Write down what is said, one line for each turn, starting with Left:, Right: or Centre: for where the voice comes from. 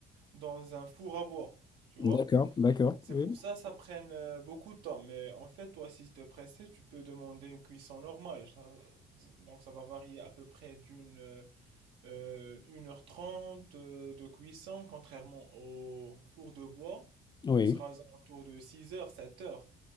Right: dans un four à bois. Tu
Left: D'accord,
Right: vois?
Left: d'accord,
Right: C'est
Left: oui.
Right: pour ça ça prenne euh, beaucoup de temps. Mais en fait, toi, si tu es pressé, tu peux demander une cuisson normale. Ça- donc ça va varier à peu près d'une euh, euh, 1h30 euh, de cuisson, contrairement au four de bois,
Left: Oui,
Right: ce sera aux alentours de six heures sept heures